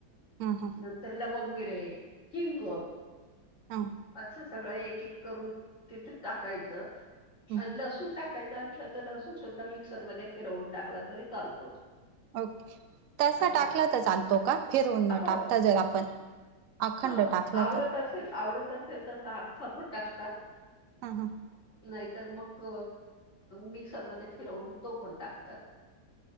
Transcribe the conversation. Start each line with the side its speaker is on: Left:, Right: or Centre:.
Right: हम्म हम्म
Left: नंतर लवंग मिरे हिंग
Right: हां
Left: असं सगळं एक एक करून तिथे टाकायचं
Right: हम्म
Left: आणि लसून टाकायचा. तर लसून सुद्धा मिक्सर मध्ये फिरवून टाकला तरी चालतो.
Right: ओके. तसा
Left: हा
Right: टाकला तर चालतो का फिरवून न
Left: हो
Right: टाकता जर आपण अखंड
Left: हा
Right: टाकला
Left: आवडत
Right: तर?
Left: असेल आवडत असेल तसा अख्खापण टाकता.
Right: हा हा
Left: नाहीतर मग मिक्सरमध्ये फिरवून तो पण टाकतात.